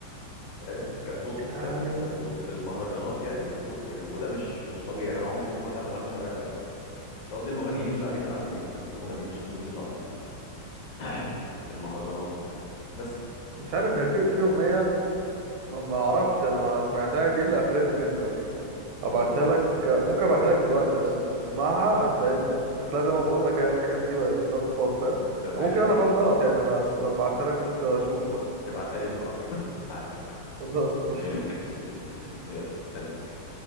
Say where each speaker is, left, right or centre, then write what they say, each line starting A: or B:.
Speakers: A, on the left; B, on the right.
A: فاهم كصوت
B: يعني
A: ك- كصوت في المهرجانات يعني كصوت حلو وده مش مش طبيعي يعني انا عمري في حياتي ما قلت على مغني شعبي بيعرف يغني مش قصدي المغنيين
B: مم
A: الشعبيين العاديين قصدي المغنيين الشعبيين بتوع <coughs> <clears throat> المهرجانات وبتاع بس
B: مش عارف هي في في اغنية ما ما اعرفش انا ما سمعتها دي اللي قفلتني منه يعني
A: مم.
B: ابعتها لك ممكن ابعتها لك دلوقتي اصلا اسمعها هتلاقي ال... هتلاقي زي ما بقول لك هي الحاجات دي لا تطاق فاهم
A: طب ماشي
B: أو ممكن
A: ابعتها
B: انا فاهم
A: لي
B: غلط يعني انا أس- ابعتها لك وانت شوف بقى.
A: ابعتها لي ونقرر <laughs> تعال
B: خلاص
A: <laughs>
B: ماشي
A: ماشي قشطة. يلا استنيك